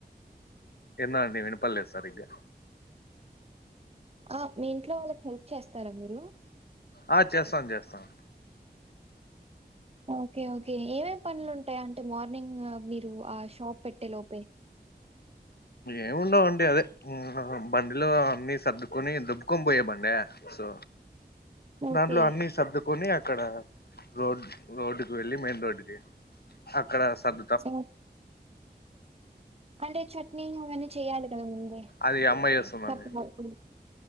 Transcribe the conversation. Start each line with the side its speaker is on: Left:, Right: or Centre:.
Left: ఏందో అండి విన్ పల్లె సరిగ్గా
Right: ఆ మీ ఇంట్లో వాళ్ళకి హెల్ప్ చేస్తారా మీరు
Left: ఆ చేస్తాను చేస్తాను
Right: ఓకే ఓకే ఏమేం పనులుంటాయి అంటే మార్నింగ్ మీరు ఆ షాప్ పెట్టే లోపే
Left: ఏముండవుండి అదే బండిలో అన్ని సర్దుకొని దొబ్బుకొని పోయే బండి సో
Right: ఓకే
Left: దాంట్లో అన్ని సర్దుకొని అక్కడ రోడ్ రోడ్ వెళ్ళి మెయిన్ రోడ్ కి అక్కడ సర్
Right: ఓ అంటే చట్నీ అవన్నీ చేయాలి కదా ముందే
Left: అది అమ్మాయి చేస్తుందండి
Right: అప్పటివరకు